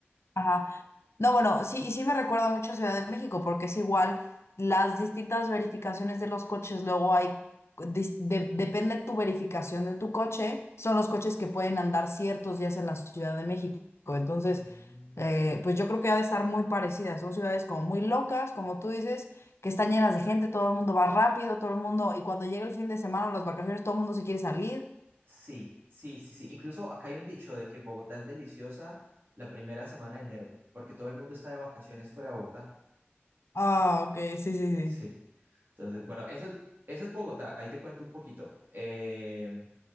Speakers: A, on the left (about 80°); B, on the right (about 55°).
A: Ajá. No, bueno, sí, y sí me recuerda mucho a Ciudad de México, porque es igual, las distintas verificaciones de los coches, luego hay, dis- de- depende tu verificación de tu coche, son los coches que pueden andar ciertos días en la Ciudad de México. Entonces,
B: Mm.
A: eh, pues yo creo que ha de estar muy parecida. Son ciudades como muy locas, como tú dices, que están llenas de gente, todo el mundo va rápido, todo el mundo, y cuando llega el fin de semana o las vacaciones, todo el mundo se quiere salir.
B: Sí, sí, sí, sí. Incluso acá hay un dicho de que Bogotá es deliciosa la primera semana de enero, porque todo el mundo está de vacaciones fuera de Bogotá.
A: Ah, ok, sí, sí, sí.
B: Sí. Entonces, bueno, eso, eso es Bogotá. Ahí te cuento un poquito. Eh,